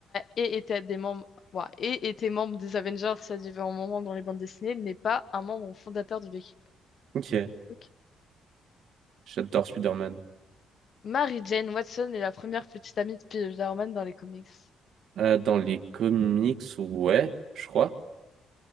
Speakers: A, on the left; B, on the right.
A: et était des membres ouah, ait été membre des Avengers à différents moments dans les bandes dessinées, il n'est pas un membre fondateur de l'équipe.
B: Ok.
A: Ok.
B: J'adore Spider-Man.
A: Mary Jane Watson est la première petite amie de Spider-Man dans les comics.
B: Euh, dans les comics, ouais, je crois.